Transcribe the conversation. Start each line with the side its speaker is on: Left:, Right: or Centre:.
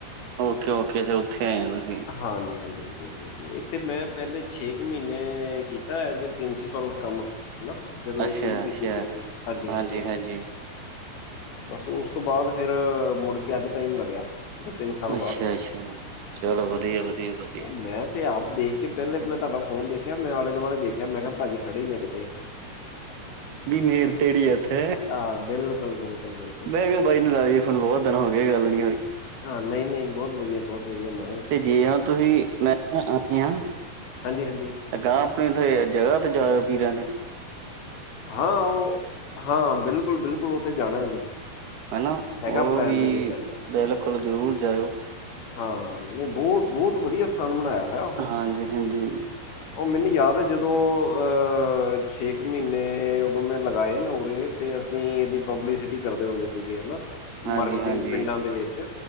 Right: ਓਕੇ-ਓਕੇ, ਅਸੀਂ ਉੱਥੇ ਆ ਜਾਣਾਂ ਸੀ।
Left: ਹਾਂਜੀ-ਹਾਂਜੀ-ਹਾਂਜੀ-ਹਾਂਜੀ-ਹਾਂਜੀ, ਇੱਥੇ ਮੈਂ ਪਹਿਲੇ ਛੇ ਕੁ ਮਹੀਨੇ ਕੀਤਾ ਐਜ਼ ਏ ਪ੍ਰਿੰਸੀਪਲ ਕੰਮ। ਹਨਾ ਜਦੋਂ ਇਹ
Right: ਅੱਛਾ
Left: ਸ਼ੁਰੂ ਕੀਤੀ
Right: ਅੱਛਾ
Left: ਸੀ ਅਸੀਂ, ਹਾਂਜੀ-ਹਾਂਜੀ-ਹਾਂਜੀ।
Right: ਹਾਂਜੀ ਹਾਂਜੀ
Left: ਤੇ ਬਸ ਉਸ ਤੋਂ ਬਾਅਦ ਫਿਰ ਮੁੜਕੇ ਅੱਜ ਟਾਇਮ ਲੱਗਿਆ। ਦੋ ਤਿੰਨ ਸਾਲ
Right: ਅੱਛਾ-ਅੱਛਾ,
Left: ਬਾਅਦ
Right: ਚਲੋ
Left: ਹਾਂ।
Right: ਵਧੀਆ-ਵਧੀਆ-ਵਧੀਆ।
Left: ਉਹ ਮੈਂ ਤੇ ਆਪ ਦੇਖ ਕੇ ਪਹਿਲੇ ਮੈਂ ਤੁਹਾਡਾ ਫੋਨ ਦੇਖ ਕਿਹਾ ਮੈਂ ਆਲੇ ਦੁਆਲੇ ਦੇਖਿਆ, ਮੈਂ ਕਿਹਾ ਭਾਜੀ ਖੜੇ ਈ ਨੇ ਕਿਤੇ।
Right: ਵੀ ਨੇੜ ਤੇੜੀ ਇੱਥੇ
Left: ਆਹ ਬਿਲਕੁਲ-ਬਿਲਕੁਲ-ਬਿਲਕੁਲ।
Right: ਮੈਂ ਕਿਹਾ ਬਾਈ ਨੂੰ ਲਾਈਏ ਫ਼ੋਨ, ਬਹੁਤ ਦਿਨ ਹੋਗੇ ਗੱਲ ਨੀ ਹੋਈ।
Left: ਹਾਂ ਨਈ-ਨਈ ਬਹੁਤ ਵਧੀਆ-ਬਹੁਤ ਵਧੀਆ ਮ
Right: ਤੇ ਜੇ ਹੁਣ ਤੁਸੀਂ <unintelligible>
Left: ਹਾਂਜੀ, ਹਾਂਜੀ।
Right: ਤਾਂ ਗਾਂ ਆਪਣੀਂ ਓਥੇ ਜਗਾ ਤੇ ਜਾਓ ਪੀਰਾਂ ਦੀ ਤੇ
Left: ਹਾਂ ਓ ਹਾਂ ਬਿਲਕੁਲ-ਬਿਲਕੁਲ ਉੱਥੇ ਜਾਣਾ ਏ ਜੀ।
Right: ਹਨਾ
Left: ਹੈਗਾ
Right: ਓ
Left: ਪਲੈਨ
Right: ਵੀ
Left: ਦੇ ਵਿੱਚ ਅੱਜ
Right: ਬਿਲਕੁਲ ਜ਼ਰੂਰ ਜਾਇਓ।
Left: ਹਾਂ ਨਈ ਬਹ-ਬਹੁਤ ਵਧੀਆ ਸਥਾਨ ਬਣਾਇਆ ਹੋਇਆ ਉਹ।
Right: ਹਾਂਜੀ ਹਾਂਜੀ
Left: ਓਰ ਮੈਨੂੰ ਯਾਦ ਆ ਜਦੋਂ ਅਹ ਛੇ ਕ ਨੇ ਉਦੋ ਮੈਂ ਲਗਾਏ ਨਾ ਉਰੇ, ਤੇ ਅਸੀਂ ਇਹਦੀ ਪਬਲਸਿਟੀ ਕਰਦੇ ਹੁੰਦੇ ਸੀਗੇ ਹਨਾ।
Right: ਹਾਂਜੀ
Left: ਮਾਰਕੀਟਿੰਗ
Right: ਹਾਂਜੀ
Left: ਪਿੰਡਾਂ ਦੇ ਵਿੱਚ